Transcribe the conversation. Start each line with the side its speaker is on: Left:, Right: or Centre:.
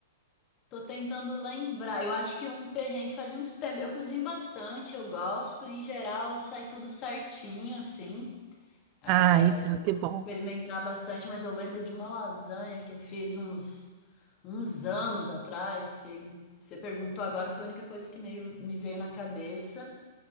Left: Tô tentando lembrar. Eu acho que um perrengue faz muito tempo. Eu cozinho bastante, eu gosto. Em geral, sai tudo certinho, assim. É,
Right: Ah, então,
Left: eu
Right: que
Left: gosto
Right: bom.
Left: de experimentar bastante, mas eu lembro de uma lasanha que eu fiz uns, uns anos atrás, que você perguntou agora, foi a única coisa que meio, me veio na cabeça.